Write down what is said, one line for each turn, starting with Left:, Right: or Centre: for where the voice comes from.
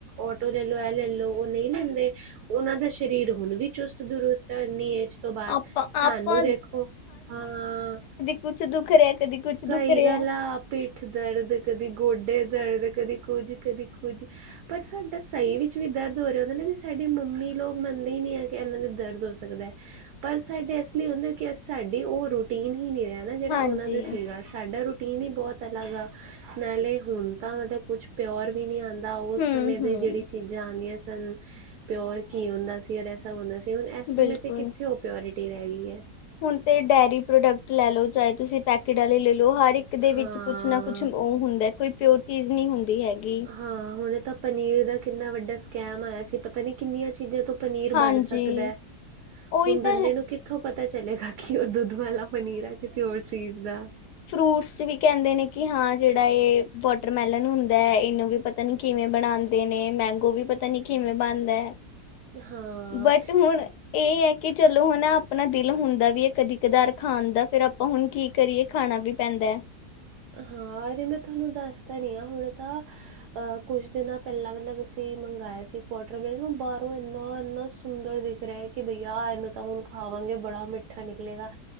Right: ਆਟੋ ਲੈ ਐ ਲੈ ਲਓ, ਉਹ ਨਹੀਂ ਲੈਂਦੇ ਉਹਨਾਂ ਦਾ ਸਰੀਰ ਹੁਣ ਵੀ ਚੁਸਤ ਦੁਰੁਸਤ ਹੈ ਇੰਨੀ ਏਜ'ਚ। ਉਸ ਤੋਂ ਬਾਅਦ,
Left: ਆਪਾਂ
Right: ਸਾਨੂੰ
Left: ਆਪਾਂ
Right: ਦੇਖੋ ਹਾਂ
Left: ਕੁੱਛ ਦੁੱਖ ਰਿਹਾ ਕਦੀ ਕੁਛ
Right: ਸਹੀ
Left: ਦੁੱਖ ਰਿਹਾ।
Right: ਗੱਲ ਆ, ਪਿੱਠ ਦਰਦ, ਕਦੀ ਗੋਡੇ ਦਰਦ, ਕਦੀ ਕੁਝ, ਕਦੀ ਕੁਝ। ਪਰ ਸਾਡਾ ਸਹੀ ਵਿੱਚ ਵੀ ਦਰਦ ਹੋ ਰਿਹਾ ਹੁੰਦਾ ਨੇ, ਤੇ ਸਾਡੀ ਮੰਮੀ ਲੋਕ ਮੰਨਦੇ ਹੀ ਨਹੀਂ ਆ ਕਿ, ਇਹਨਾਂ ਦੇ ਦਰਦ ਹੋ ਸਕਦਾ। ਪਰ ਸਾਡੇ ਇਸ ਲਈ ਹੁੰਦੇ, ਹੋ ਕਿ ਸਾਡੀ ਉਹ ਰੂਟੀਨ ਹੀ ਨਹੀਂ ਰਹਿਣ ਨਾ ਜਿਹੜਾ
Left: ਹਾਂਜੀ
Right: ਉਹਨਾਂ ਦਾ ਸੀਗਾ, ਸਾਡਾ ਰੂਟੀਨ ਹੀ ਬਹੁਤ ਅਲੱਗ ਆ, ਨਾਲੇ ਹੁਣ ਤਾਂ ਮਤਲਬ ਕੁੱਛ ਪਿਓਰ ਵੀ ਨਹੀਂ ਆਂਦਾ, ਉਸ
Left: ਹੂੰ-ਹੂੰ
Right: ਸਮੇਂ ਦੀ ਜਿਹੜੀ ਚੀਜ਼ਾਂ ਆਂਦੀਆ ਸਨ, ਪਿਓਰ ਕੀ ਹੁੰਦਾ ਸੀ। ਸ ਹੁੰਦਾ ਸੀ, ਹੁਣ ਇਸ ਸਮੇਂ
Left: ਬਿਲਕੁਲ
Right: ਤੇ ਕਿੱਥੇ ਉਹ ਪਿਓਰਿਟੀ ਰਹਿ ਗਈ ਐ।
Left: ਹੁਣ ਤੇ ਡੇਅਰੀ ਪ੍ਰੋਡਕਟ ਲੈਲੋ, ਚਾਹੇ ਤੁਸੀ ਪੈਕਟ ਵਾਲੇ ਲੇਲੋ, ਹਰ ਇੱਕ ਦੇ
Right: ਹਾਂ
Left: ਵਿੱਚ ਕੁਛ ਨਾ ਕੁਛ ਉਹ ਹੁੰਦਾ, ਕੋਈ ਪਿਓਰ ਚੀਜ਼ ਨਹੀਂ ਹੁੰਦੀ ਹੈਗੀ।
Right: ਹਾਂ, ਹੁਣ ਤਾਂ ਪਨੀਰ ਦਾ ਕਿੰਨਾ ਵੱਡਾ ਸਕੈਮ ਆਇਆ ਸੀ ਪਤਾ ਨੀ ਕਿੰਨੀਆਂ ਚੀਜ਼ਾਂ ਤੋਂ ਪਨੀਰ
Left: ਹਾਂਜੀ
Right: ਬਣ ਸਕਦੈ,
Left: ਉਹੀ
Right: ਹੁਣ ਬੰਦੇ
Left: ਤਾਂ ਹੈ
Right: ਨੂੰ ਕਿ ਕਿੱਥੋਂ ਪਤਾ ਚਲੇਗਾ, ਕਿ ਉਹ ਦੁੱਧ ਵਾਲਾ ਪਨੀਰ ਆ ਕਿਸੇ ਹੋਰ ਚੀਜ਼ ਦਾ।
Left: ਫਰੂਟਸ'ਚ ਵੀ ਕਹਿੰਦੇ ਨੇ, ਕਿ ਹਾਂ ਜਿਹੜਾ ਇਹ ਵਾਟਰਮੈਲਨ ਹੁੰਦਾ ਐ ਇਹਨੂੰ ਵੀ ਪਤਾ ਨੀ ਕਿਵੇਂ ਬਣਾਂਦੇ ਨੇ, ਮੈਂਗੋ ਵੀ ਪਤਾ ਨੀ ਕਿਵੇਂ ਬਣਦੈ।
Right: ਹਾਂ
Left: ਬਟ, ਹੁਣ ਇਹ ਐ ਕਿ, ਚਲੋਂ ਹਨਾ ਆਪਨਾ ਦਿਲ ਹੁੰਦਾ ਵੀ ਇਹ ਕਦੀ-ਕਧਾਰ ਖਾਣ ਦਾ, ਫੇਰ ਆਪਾਂ ਹੁਣ ਕੀ ਕਰੀਏ ਖਾਣਾ ਵੀ ਪੈਂਦੈ।
Right: ਹਾਂ, ਅਰੇ ''ਮੈਂ ਥੋਨੂੰ ਦੱਸਤਾ ਰਹੀਂ ਆ, ਹੁਣ ਤਾ ਅ, ਕੁੱਛ ਦਿਨਾਂ ਪਹਿਲਾਂ ਮਤਲਬ ਅਸੀਂ ਮੰਗਾਇਆ ਸੀ, ਕੁਆਟਰ ਬੇ ਨੂੰ ਬਾਹਰੋਂ ਇੰਨਾ-ਇੰਨਾ ਸੁ- ਸੁੰਦਰ ਦਿਖ ਰਿਹਾ, ਕਿ ਭਈਆ ਇਹਨੂੰ ਤਾਂ ਹੁਣ ਖਾ ਖਾਵਾਂਗੇ ਬੜਾ ਮਿੱਠਾ ਨਿਕਲੇਗਾ,